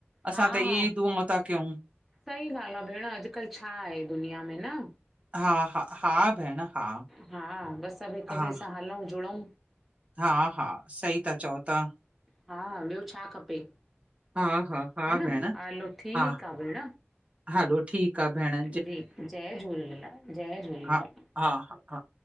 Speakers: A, on the right (about 30°); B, in the centre.
A: असां
B: हा
A: त इहे
B: हा
A: ई दुआं ता कयूं।
B: सही ॻाल्हि आ भेण अॼकल्ह छा आहे दुनिया में न।
A: हा हा हा भेण। हा।
B: हा बस सभ हिक
A: हा
B: ॿिए सां हलउं जुड़उं।
A: हा हा सही ता चओ तां।
B: हा ॿियो छा खपे
A: हा हा हा
B: ह न
A: भेण
B: हलो ठीक
A: हा
B: आहे भेण।
A: हलो ठीकु आ भेण
B: जी जय झूलेलाल जय झूलेलाल
A: हा हा हा हा